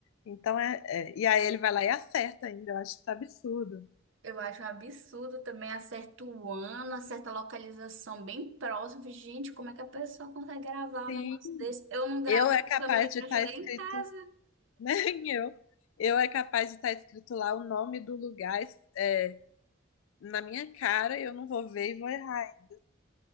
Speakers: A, on the left; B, on the right.
A: Então é, é- e aí ele vai lá e acerta ainda, eu acho isso absurdo.
B: Eu acho um absurdo também, acerta o ano, acerta a localização bem próximo. Gente, como é que a pessoa consegue gravar
A: Sim,
B: um negócio desse? Eu não gravo
A: eu é capaz
B: o caminho
A: de
B: para
A: estar
B: chegar
A: escrito
B: em casa.
A: <laughs> Nem eu. Eu é capaz de estar escrito lá o nome do lugar é, na minha cara e eu não vou ver e vou errar. hein?